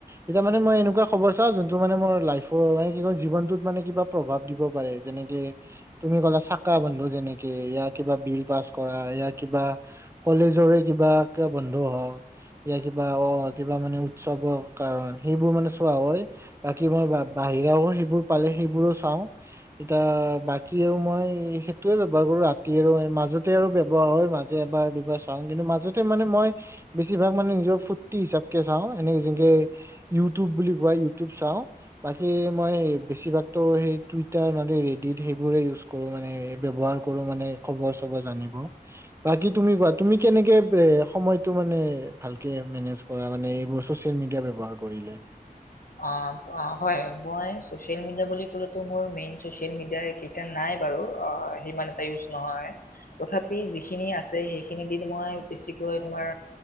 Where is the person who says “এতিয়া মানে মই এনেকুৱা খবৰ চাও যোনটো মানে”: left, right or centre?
Right